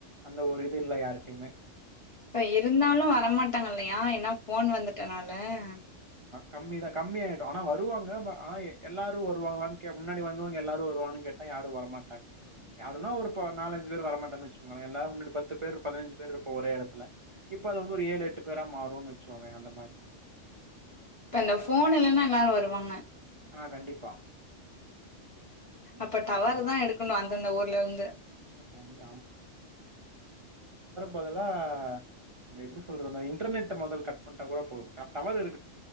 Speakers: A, on the right; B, on the left.
A: அந்த ஒரு இது இல்ல யார்கிட்டயுமே
B: இப்ப இருந்தாலு வரமாட் டாங்கல்லயா ஏன்னா ஃபோன் வந்துட்டனால் ல
A: கம்மிதா கம்மி ஆயிடு ஆனா வருவாங்க ப ஆனா எல்லாரு வருவாங்களான் கே முன்னாடி வந்தவங்க எல்லாரு வருவாங்கனு கேட்டா யாரு வரமாட்டாங்க யாருன்னா ஒரு ப நாலஞ்சு பேரு வரமாட்டாங்கனு வெச்சுகோங்களே எல்லாரு முன்னாடி பத்து பேர் ஒரு பதினஞ்சு பேர் இருப்போ ஒரே எடத்துல இப்ப அது வந்து ஒரு ஏழு எட்டு பேரா மாறுனு வெச்சுகோங்கயே அந்த மாரி
B: இப்ப இந்த ஃபோன் இல்லனா எல்லாரு வருவாங்க
A: ஆ கண்டிப்பா கண்டிப்பா
B: அப்ப டவருதா
A: அதுங்க
B: எடுக்கணு அந்தந்த ஊர் லந்து
A: கண்டி பதுலா அந்த எப்டி சொல்றது அந்த இன்டர்நெட்ட மொதல் கட் பண்ட்டா கூட போது டவர் இரு